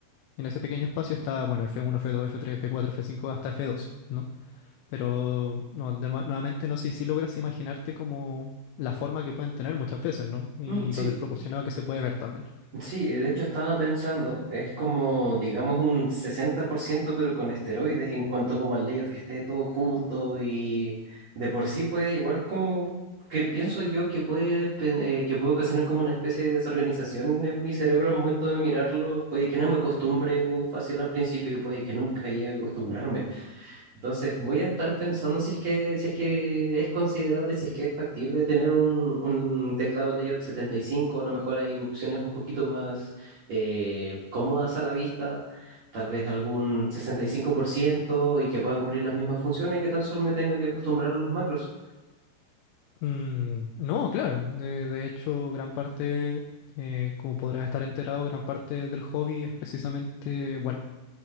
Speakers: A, on the left; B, on the right.
A: En ese pequeño espacio está, bueno, F1, F2, F3, F4, F5, hasta F12, ¿no? Pero no, de- nueva- nuevamente no sé si logras imaginarte como la forma que pueden tener muchas veces, ¿no? Y
B: Mm, sí,
A: lo desproporcionado que se puede ver también.
B: Sí, de hecho estaba pensando, es como, digamos, un 60%, pero con esteroides en cuanto como al layout que esté todo junto y de por sí puede igual como, que pienso yo que puede, pen- eh, que puede ocasionar como una especie de desorganización en mi cerebro al momento de mirarlo, puede que no me acostumbre muy fácil al principio y puede que nunca llegue a acostumbrarme. Entonces voy a estar pensando si es que, si es que es considerable, si es que es factible tener un, un teclado layout setenta y cinco a lo mejor hay opciones un poquito más eh, cómodas a la vista, tal vez algún 65% y que pueda cumplir las mismas funciones que tan solo me tenga que acostumbrar a los macros.
A: Mm, no, claro. De, de hecho, gran parte, eh, como podrás estar enterado, gran parte del hobby es precisamente, bueno,